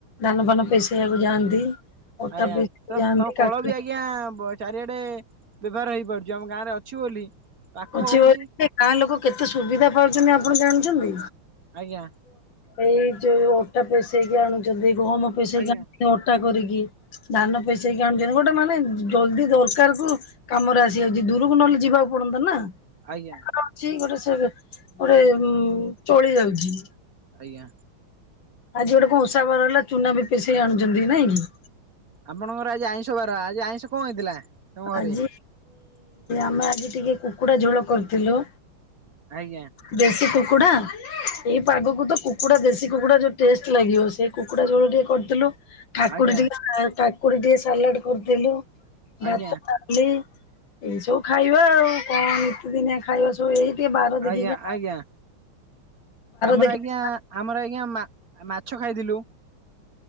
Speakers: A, on the left; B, on the right.
A: ଧାନ ଫାନ ପଶେଇବାକୁ ଯାଆନ୍ତି। ଓଟା
B: ଆଜ୍ଞା
A: ପେଶିବାକୁ
B: ତ
A: ଯାଆନ୍ତି
B: ତମ କଳ
A: କାକୁଡି
B: ବି ଆଇ ଆଜ୍ଞା ଚାରିଆଡେ ବ୍ୟବହାର ହେଇପାରୁଛି ଆମ ଗାଁ ରେ ଅଛୁ ବୋଲି ପାଖ
A: ଅଛି
B: ହଉଛି।
A: ବୋଲି ଗାଁ ଲୋକ କେତେ ସୁବିଧା ପାଉଛନ୍ତି ଆପଣ ଜାଣିଛନ୍ତି?
B: ଆଜ୍ଞା
A: ଏଇ ଯୋଉ ଅଟା ପଷେଇକି ଆଣୁଛନ୍ତି ଗହମ ପଷେଇକି
B: ଆଜ୍ଞା
A: ଆଣୁଛନ୍ତି ଅଟା କରିକି ଧାନ ପେସେଇକି ଆଣୁଛନ୍ତି ଗୋଟେ ମାନେ ଜଲଦି ଦରକାର କୁ କାମରେ ଆସିଯାଉଛି ଦୂରକୁ ନହଲେ ଯିବାକୁ ପଡନ୍ତା ନା
B: ଆଜ୍ଞା।
A: ପାଖରେ ଗୋଟେ ଅଛି ସେ ଗୋଟେ ଚଳି ଯାଉଛି।
B: ଆଜ୍ଞା।
A: ଆଜି କଣ ଗୋଟେ ଓସା ବାର ହେଲା ଚୁନା ବି ପେସେଇ ଆଣୁଛନ୍ତି ନାଇଁ କି
B: ଆପଣଙ୍କର ଆଜି ଆଇଁଷ ବାର ଆଜି ଆଇଁଷ କଣ ହେଇଥିଲା? ତମ ଘରେ
A: ଆଜି ଆମେ ଆଜି ଟିକେ କୁକୁଡ଼ା ଝୋଳ କରିଥିଲୁ।
B: ଆଜ୍ଞା।
A: ଦେଶୀ କୁକୁଡ଼ା? ଏଇ ପାଗକୁ ତ କୁକୁଡା ଦେଶୀ କୁକୁଡା ଯୋଉ ଟେଷ୍ଟ ଲାଗିବ ସେ କୁକୁଡା ଯୋଳ ଟିକେ କରିଥିଲୁ। କାକୁଡି
B: ଆଜ୍ଞା
A: ଟିକେ କାକୁଡି ଟିକେ ସାଲଟ କରିଦେଲୁ
B: ଆଜ୍ଞା।
A: ଭାତ ଡାଲି ଏଇ ସବୁ ଖାଇବା ଆଉ କଣ ନିତିଦିନିଆ ଖାଇବା ଜଉ ଏଇି ଟିକେ ବାର ଦେଖିକି
B: ଆଜ୍ଞା
A: ଆ
B: ଆଜ୍ଞା ଆମର
A: ଦେଖିକି
B: ଆଜ୍ଞା ଆମର ଆଜ୍ଞା ମାଛ ଖାଇଥିଲୁ